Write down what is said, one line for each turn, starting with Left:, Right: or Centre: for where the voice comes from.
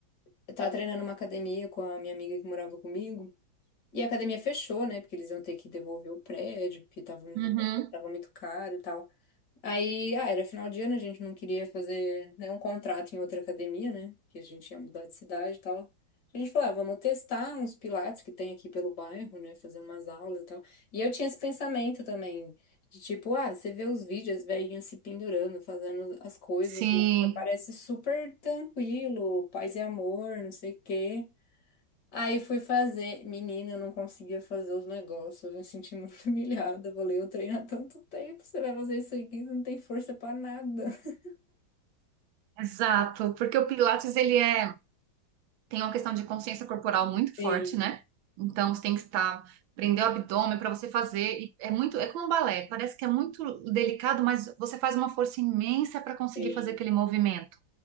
Left: eu tava treinando uma academia com a minha amiga que morava comigo. E a academia fechou, né? Porque eles iam ter que devolver o prédio, porque tava, um-
Right: Uhum.
Left: tava muito caro e tal. Aí, ah, era final de ano, a gente não queria fazer nenhum contrato em outra academia, né? Que a gente ia mudar de cidade e tal. A gente falou, ah, vamos testar uns pilates que tem aqui pelo bairro, né? Fazer umas aulas e tal. E eu tinha esse pensamento também, de tipo, ah, você vê os vídeos, as velhinhas se pendurando, fazendo as coisas
Right: Sim,
Left: lá. Parece super tranquilo, paz e amor, não sei o quê. Aí fui fazer. Menina, eu não conseguia fazer os negócios. Eu me senti muito <laughs> humilhada. Eu falei, eu treino há tanto tempo, você vai fazer isso aqui, você não tem força pra nada. <laughs>
Right: exato. Porque o Pilates, ele é tem uma questão de consciência corporal muito
Left: Sim,
Right: forte, né? Então você tem que estar, prender o abdômen para você fazer. E é muito, é como um balé, parece que é muito delicado, mas você faz uma força imensa para conseguir
Left: sim.
Right: fazer aquele movimento.